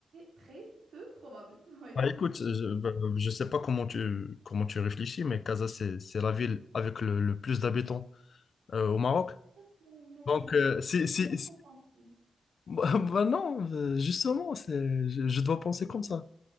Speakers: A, on the right (about 85°); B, on the left (about 55°).
A: très peu probable, <laughs> oui.
B: Bah, écoute, je, ne sais pas comment tu, comment tu réfléchis, mais Casa, c'est, c'est la ville avec le, le plus d'habitants euh, au Maroc.
A: Ça, c'est- Mais
B: Donc,
A: euh,
B: euh, c'est,
A: j'y j'y
B: c'est-
A: ai pas
B: c'est-
A: trop pensé.
B: <laughs> Bah, bah non, euh, justement, c'est, je, je dois penser comme ça.